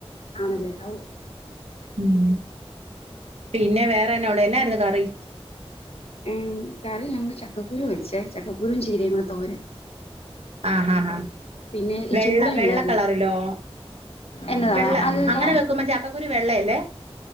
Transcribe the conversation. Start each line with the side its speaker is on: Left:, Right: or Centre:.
Left: ആണല്ലേ ഔ
Right: ഉം പിന്നെ വേറെന്നെ അവിടെ എന്നായിരുന്നു കറി
Left: ഉം കറി ഞങ്ങക്ക് ചക്കക്കുരു വെച്ചേ ചക്കക്കുരും ചീരയും കൂടെ തോരൻ
Right: ആഹ് ആഹ് ആഹ്
Left: പിന്നെ ഈ
Right: വെള്ള
Left: ചൂട
Right: വെള്ള
Left: ഉണ്ടായിരുന്നു
Right: കളറിലോ
Left: എന്നതാ
Right: വെള്ള
Left: അല്ല
Right: അങ്ങനെ വെക്കുമ്പോ ചക്കുരു വെള്ളയല്ലേ